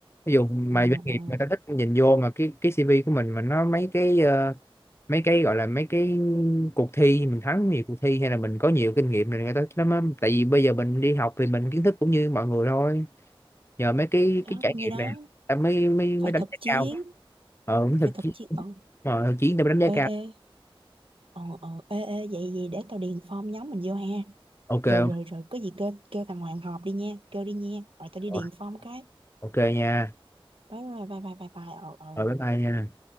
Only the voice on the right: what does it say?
ừ,
ừ.
Thì đó
cũng
như đó
phải
thực
chiến
phải thực
chiến ừ.
ê ê ờ ờ ê ê vậy vậy để tao điền form nhóm mình vô ha
rồi rồi rồi có gì kêu kêu thằng Hoàng họp đi nha kêu đi nha rồi tao đi
điền form cái
bye bye bye bye bye bye ờ ờ